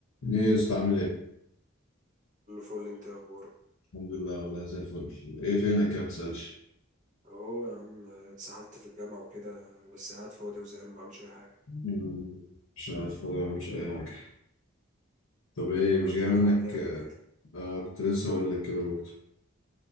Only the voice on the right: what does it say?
كله فل انت ايه اخبارك
اهو يا عم اتسحلت في الجامعة وكده بس قاعد فاضي وزهقان مبعملش اي حاجة
طب ما
تيجي
نلعب لعبة
كده